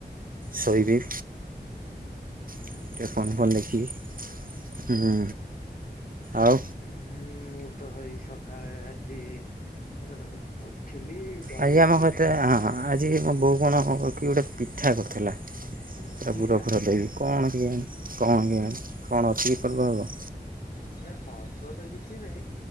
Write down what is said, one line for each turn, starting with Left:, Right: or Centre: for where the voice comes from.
Right: ଶୋଇବି।
Left: ହୁଁ
Right: ଟିକେ ଫୋନ୍ ଫୋନ୍ ଦେଖିକି ହୁଁ। ଆଉ
Left: ଉଁ ମୁଁ ତ ଏଇ ସକାଳେ ଆଜି ଉଁ ଉ ଉଠିଲି ଗଲି
Right: ଆଜି ଆମ
Left: ବିଲକୁ।
Right: ଘରେ ତ ହଁ ଆଜି ମୋ ବୋଉ କଣ କି ଗୋଟେ ପିଠା କରିଥିଲା।
Left: ଉଁ କି
Right: ପୁର
Left: ପିଠା
Right: ଫୁର ଦେଇକି କଣ କଣ କେୟାଣି କଣ ଅଛି କି ପର୍ଵ ଫର୍ବ?
Left: ନା ପର୍ବ ତ କିଛି ନାହିଁ